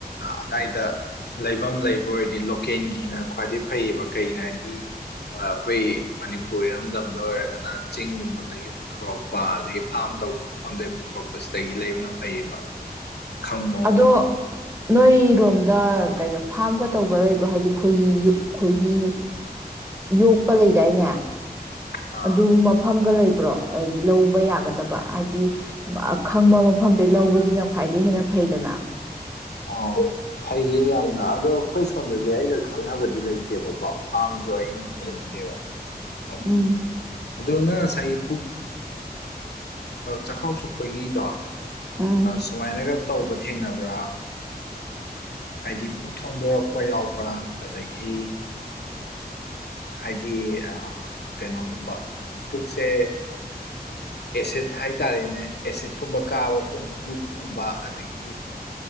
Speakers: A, on the left; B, on the right.
A: ꯑꯗꯥꯏꯗ ꯂꯩꯐꯝ ꯂꯩꯕ ꯑꯣꯏꯔꯗꯤ ꯂꯣꯀꯦꯜꯒꯤꯅ ꯈ꯭ꯋꯥꯏꯗꯩ ꯐꯩꯌꯦꯕ ꯀꯩꯒꯤꯅꯣ ꯍꯥꯏꯗꯤ ꯑꯩꯈꯣꯏ ꯃꯅꯤꯄꯨꯔ ꯏꯔꯝꯗꯝꯗ ꯑꯣꯏꯔꯒꯅ ꯆꯤꯡꯒꯨꯝꯕꯗꯒꯤ ꯄꯨꯊꯣꯔꯛꯄ ꯑꯗꯒꯤ ꯐꯥꯔꯝ ꯇꯧꯕ ꯃꯐꯝꯗꯒꯤ ꯄꯨꯊꯣꯔꯛꯄ ꯁꯤꯗꯒꯤ ꯂꯩꯕꯅ ꯐꯩꯌꯦꯕ ꯈꯪꯕꯑꯣ
B: ꯑꯗꯣ ꯅꯣꯏꯔꯣꯝꯗ ꯀꯩꯅꯣ ꯐꯥꯔꯝꯒ ꯇꯧꯕ ꯂꯩꯕ꯭ꯔꯣ ꯍꯥꯏꯗꯤ ꯈꯣꯏꯒꯤ ꯈꯣꯏꯒꯤ ꯌꯣꯛꯄ ꯂꯩꯗꯥꯏꯅꯦ
A: ꯑꯥ
B: ꯑꯗꯨ ꯃꯐꯝꯒ ꯂꯩꯕ ꯭ꯔꯣ ꯍꯥꯏꯗꯤ ꯂꯧꯕ ꯌꯥꯒꯗꯕ ꯍꯥꯏꯗꯤ ꯑꯈꯪꯕ ꯃꯐꯝꯗꯩ ꯂꯧꯕꯁꯤꯅ ꯈ꯭ꯋꯥꯏꯗꯒꯤ ꯍꯦꯟꯅ ꯐꯩꯗꯅ
A: ꯑꯣ ꯐꯩꯌꯦ ꯌꯥꯝꯅ ꯑꯗꯣ ꯑꯩꯈꯣꯏ ꯁꯣꯝꯗꯗꯤ ꯑꯩꯒ ꯈꯪꯅꯕꯗꯤ ꯂꯩꯇꯦꯕꯀꯣ ꯐꯥꯔꯝꯁꯨ ꯑꯩꯅ ꯊꯦꯡꯅꯗꯦꯕ ꯑꯗꯨꯗ
B: ꯎꯝ
A: ꯑꯗꯨꯅ ꯉꯁꯥꯏꯒꯤ ꯄꯨꯛ ꯆꯈꯥꯎ ꯁꯣꯛꯄꯒꯤꯗꯣ ꯑ
B: ꯎꯝ
A: ꯁꯨꯃꯥꯏꯅꯒ ꯇꯧꯕ ꯊꯦꯡꯅꯕ꯭ꯔꯥ ꯍꯥꯏꯗꯤ ꯄꯨꯛ ꯊꯣꯟꯗꯣꯔꯛꯄ ꯌꯥꯎꯕ꯭ꯔꯥ ꯑꯗꯒꯤ ꯍꯥꯏꯗꯤ ꯀꯩꯅꯣꯒꯨꯝꯕ ꯄꯨꯛꯁꯦ ꯑꯦꯁꯤꯠ ꯍꯥꯏ ꯇꯔꯦꯅꯦ ꯑꯦꯁꯤꯠꯀꯨꯝꯕ ꯀꯥꯕ ꯄꯨꯡꯒꯨꯝꯕꯨ ꯈꯣꯡꯕ ꯑꯗꯒꯤ